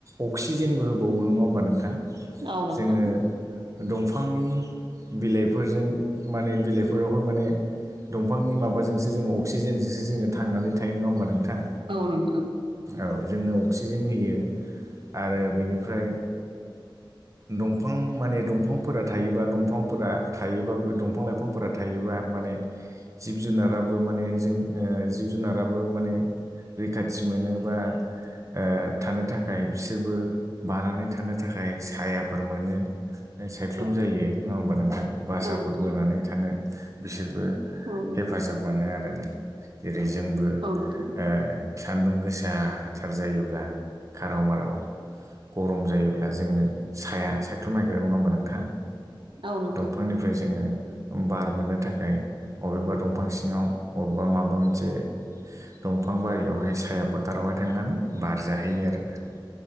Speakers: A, on the right (about 35°); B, on the right (about 70°).
A: अक्सिजेनबो होबावो नङा होमबा नोंथां?
B: औ नोंथां
A: जोङो दंफांनि बिलाइफोरजों माने बिलाइफोरावहाय माने, दंफांनि माबाजोंसो जोङो अक्सिजेनजोंसो जोङो थांनानै थायो नङा होमबा नोंथां,
B: औ नोंथां।
A: औ जोंनो अक्सिजेन होयो आरो बेनिफ्राय,
B: <inaudible> <inaudible>
A: दंफां माने दंफांफोरा थायोबा दंफांफोरा थायोबा बे दंफां लाइफांफोरा थायोबा माने, जिब जुनाराबो माने जों ओ जिब जुनाराबो माने रैखाथि मोनो बा ओ थानो थाखाय बिसोरबो बानानै थानो थाखाय सायाफोर मोनो। सायख्लुम
B: औ
A: जायो नङा होमबा नोंथां भासाफोर
B: नोंथां औ नोंथां
A: बोनानै थानो बिसोरबो
B: औ
A: हेफाजाब मोनो आरोना जेरै जोंबो
B: नोंथां
A: ओ सान्दुं गोसाथार जायोब्ला खाराव माराव गरम जायोब्ला जोङो साया सायख्लुम नागिरो नङा होमबा नोंथां
B: औ नोंथां
A: दंफांनि फ्राय जोङो बार मोननो थाखाय अबेबा दंफां सिङाव अबेबा माबा मोन मोनसे दंफां बारियावहाय साया फोथारावहाय थांनानै बारजाहैयो आरो ना